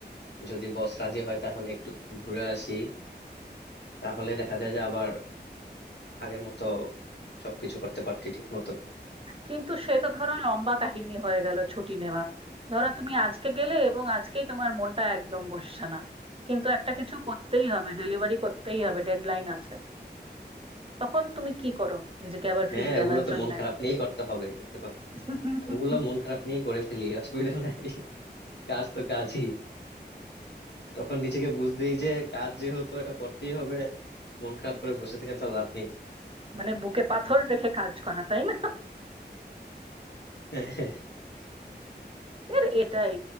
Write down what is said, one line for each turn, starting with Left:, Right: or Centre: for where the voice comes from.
Left: যদি বস রাজি হয় তাহলে একটু ঘুরে আসি তাহলে দেখা যায় যে আবার আগের মতো সবকিছু করতে পারছি ঠিক মতো
Right: কিন্তু সেটা ধরো লম্বা কাহিনী হয়ে গেল ছুটি নেওয়া ধরো তুমি আজকে গেলে এবং আজকেই তোমার মনটা একদম বসছে না কিন্তু একটা কিছু করতেই হবে ডেলিভারি করতেই হবে ডেডলাইন আছে তখন তুমি কি করো নিজেকে আবার
Left: হ্যাঁ
Right: ফিরিয়ে
Left: ওগুলো
Right: আনার
Left: তো
Right: জন্য
Left: মন খারাপ নিয়েই করতে হবে কিন্তু
Right: <laughs>
Left: ওগুলো মন খারাপ নিয়েই করে ফেলি অসুবিধা নাই কাজ তো কাজই তখন নিজেকে বুঝ দিই যে কাজ যেহেতু এটা করতেই হবে মন খারাপ করে বসে থেকে তো লাভ নেই
Right: মানে বুকে পাথর রেখে কাজ করা তাই না
Left: <laughs>
Right: এর এটাই